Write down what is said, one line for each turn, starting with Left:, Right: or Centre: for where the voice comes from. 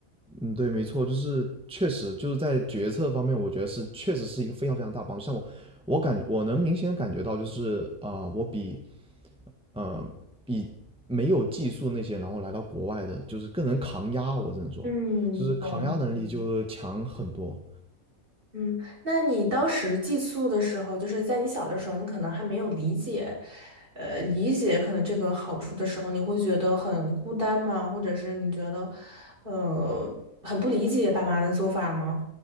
Centre: 嗯，对，没错，就是确实就是在决策方面，我觉得是确实是一个非常非常大帮助。像我，我感我能明显感觉到，就是啊、我比呃比没有技术那些，然后来到国外的，就是更能扛压。我只能说，
Right: 嗯，
Centre: 就是扛压能力就强很多。
Right: 懂了嗯，那你当时寄宿的时候，就是在你小的时候，你可能还没有理解，呃，理解可能这个好处的时候，你会觉得很孤单吗？或者是你觉得，呃，很不理解爸妈的做法吗？